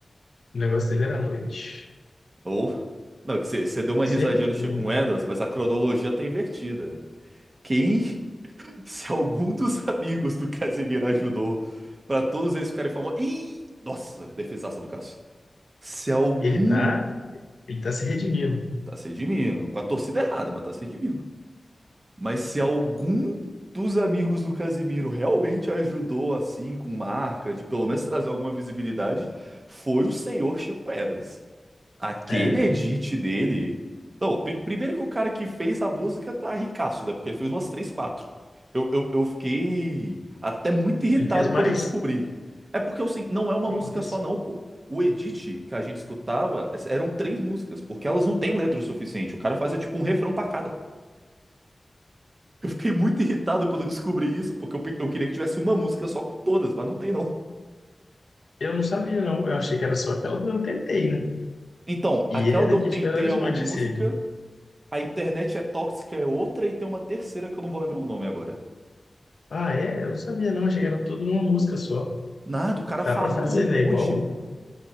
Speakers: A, on the left (about 85°); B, on the right (about 45°).
A: o negócio dele era à noite.
B: Ou. Não, que você deu uma
A: Sempre
B: risadinha no Chico
A: foi.
B: Moedas, mas a cronologia tá invertida. Quem, <laughs> se algum dos amigos do Casemiro ajudou pra todos eles ficarem famosos. Ih! Nossa, defesaça do Cássio. Se algum.
A: Ele tá, ele tá se redimindo.
B: Tá se redimindo. Com a torcida errada, mas tá se redimindo. Mas se algum dos amigos do Casimiro realmente ajudou, assim, com marca, de pelo menos trazer alguma visibilidade, foi o senhor Chico Edas. Aquele
A: É.
B: edit dele. Não, pri- primeiro que o cara que fez a música tá ricaço, né? Porque ele fez umas três, quatro. Eu, eu, eu fiquei até muito irritado
A: Ele fez
B: quando
A: mais?
B: eu descobri. É porque assim, não é uma
A: Que
B: música
A: isso?
B: só, não, pô. O edit que a gente escutava eram três músicas, porque elas não têm letra o suficiente. O cara fazia tipo um refrão pra cada. Eu fiquei muito irritado quando eu descobri isso, porque eu, pe- eu queria que tivesse uma música só com todas, mas não tem não.
A: Eu não sabia, não. Eu achei que era só aquela do Eu Tentei, né?
B: Então,
A: E
B: aquela
A: ele é
B: do
A: daqui
B: Eu Tentei
A: de Belo Horizonte,
B: é uma música,
A: esse.
B: a Internet é Tóxica é outra, e tem uma terceira que eu não vou lembrar o nome agora.
A: Ah, é? Eu não sabia, não. Achei que era tudo numa música só.
B: Nada, o cara farmou
A: Dá pra fazer,
B: um monte,
A: né? Igual o
B: pô.